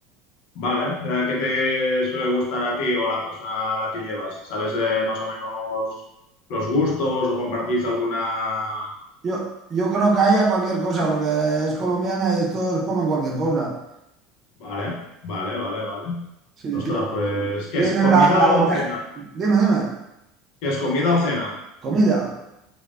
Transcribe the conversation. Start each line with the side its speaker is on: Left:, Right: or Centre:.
Left: vale. Eh, ¿Qué te suele gustar a ti o a la persona a la que llevas? ¿Sabes eh, más o menos los gustos o compartís alguna...
Right: Yo, yo creo que haya cualquier cosa, porque es colombiana y estos comen cualquier cosa.
Left: Vale, vale, vale, vale.
Right: Sí,
Left: Ostras,
Right: ti-
Left: pues, ¿qué
Right: tienen
Left: es comida
Right: la, la bandeja.
Left: o cena?
Right: Dime, dime.
Left: ¿Qué es comida o cena?
Right: Comida.